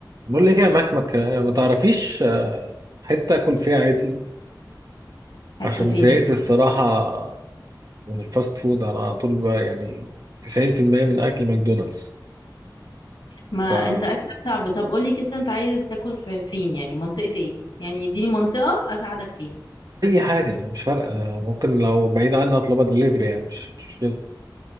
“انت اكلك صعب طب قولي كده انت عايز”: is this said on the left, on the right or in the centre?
Left